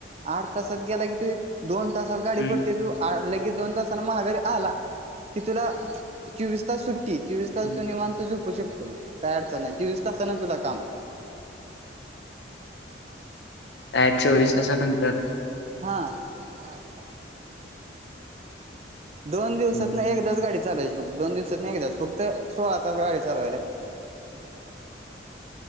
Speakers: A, on the right; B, on the left.
A: आठ तासात गेला की तु दोन तासात गाडी
B: हम्म
A: भरते तू. लगे दोन तासांना महाघारी आला की तुला चोवीस तास सुट्टी चोवीस तल
B: हम्म
A: निवांत झोपू शकतोय. काय अडचण नाही. चोवीस तासाना तुला काम.
B: आय चोवीस तासानंतर
A: हां <inaudible> दोन दिवसातन
B: हम्म
A: एकदाच गाडी चालावायची फक्त दोन दिवसातन एकदाच फक्त सोळा तास गाडी चालवय लागते.